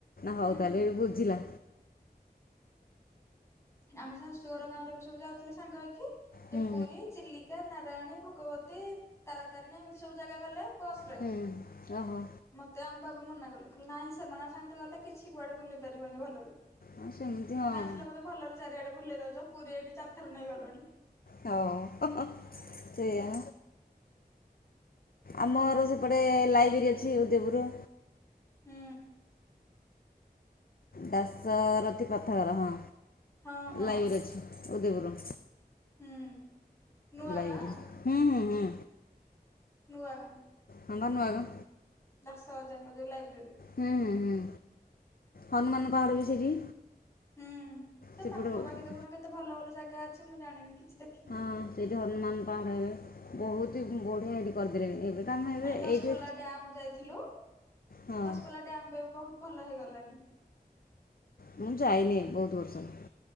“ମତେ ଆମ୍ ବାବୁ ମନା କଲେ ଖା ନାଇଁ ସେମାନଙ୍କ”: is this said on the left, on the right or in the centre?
Left